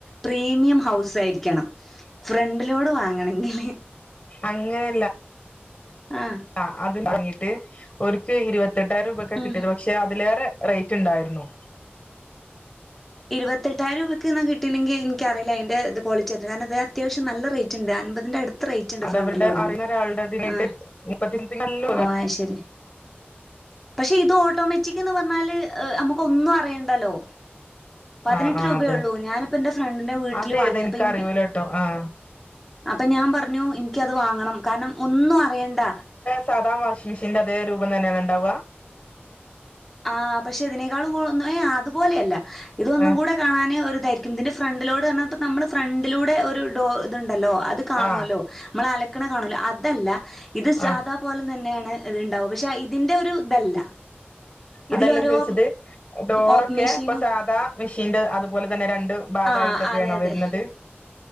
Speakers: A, in the centre; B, on the left.
A: പ്രീമിയം ഹൗസ് ആയിരിക്കണം ഫ്രണ്ടിലോട് വാങ്ങണെങ്കില്
B: അങ്ങനെയല്ല
A: ആഹ്
B: ആഹ് അത് തുടങ്ങിട്ട് ഓർക്ക് ഇരുപത്തെട്ടായിരം രൂപയ്ക്കാ കിട്ടിയത്
A: ഉം
B: പക്ഷെ പക്ഷെ അതിലേറെ റേറ്റ് ഉണ്ടായിരുന്നു
A: ഇരുപത്തെട്ടായിരം രൂപയ്ക്ക് കിട്ടണെങ്കി എനിക്കറിയില്ല അതിന്റെ ഇത് ക്വാളിറ്റി അത് കാരണം അത് അത്യാവശ്യം നല്ല റേറ്റ് ഉണ്ട് അൻപതിന്റെ അടുത്ത് അത്ര റേറ്റ് ഉണ്ട്
B: അത്
A: ഫ്രണ്ട്
B: അവരുടെ
A: ലോഡിന്
B: അറിയുന്ന ഒരാളുടെ ഇതിനായിട്ട്
A: ആഹ്
B: മുപ്പത്തി സംതിങ് നല്ല തുക
A: ഓ ശരി പക്ഷെ ഇത് ഓട്ടോമാറ്റിക് എന്ന് പറഞ്ഞാല് നമുക്ക് ഒന്നും അറിയണ്ടല്ലോ പതിനെട്ട്
B: ആഹ് ആഹ്
A: രൂപയുള്ളൂ
B: അതെ
A: ഞാനിപ്പം എന്റെ ഫ്രണ്ടിന്റെ വീട്ടില്
B: അത്
A: വാങ്ങിയപ്പം
B: ഏതാ എനിക്ക്
A: എനി
B: അറിയൂലട്ടോ ആഹ്
A: അപ്പം ഞാൻ പറഞ്ഞു എനിക്കത് വാങ്ങണം കാരണം ഒന്നും അറിയണ്ട
B: സാദാ വാഷിംഗ്‌ മെഷീന്റെ അതേ രൂപം തന്നെയാണ് ഉണ്ടാവുക
A: ആഹ് പക്ഷെ ഇതിനേക്കാളും കൊള്ളുന്നെ അതുപോലെയല്ല ഇതൊന്നും
B: ആഹ്
A: കൂടെ കാണാനെ ഒരു ഇതായിരിക്കും ഇതിന്റെ ഫ്രണ്ടിലോഡ് പറഞ്ഞാ നമ്മൾ ഫ്രണ്ടിലൂടെ ഒരു ഡോർ ഇതുണ്ടല്ലോ അത് കാണുവല്ലോ
B: ആഹ്
A: നമ്മള് അലക്കണ കാണുവല്ലോ അതല്ല ഇത് സാദാ
B: ആഹ്
A: പോലെ തന്നെയാണ് ഇതുണ്ടാവുക പക്ഷെ ഇതിന്റെ ഒരു ഇതല്ല
B: അതെല്ലാം
A: ഇതിലോരോ
B: ചോദിച്ചത് ഡോറൊക്കെ
A: ഓപ്പ് മെഷീനും
B: ഇപ്പം സാധാ മെഷീന്റെ അതുപോലെ തന്നെ രണ്ട് ഭാഗമായിട്ടൊക്കെയാണോ
A: ആഹ് അതെ അതെ
B: വരുന്നത്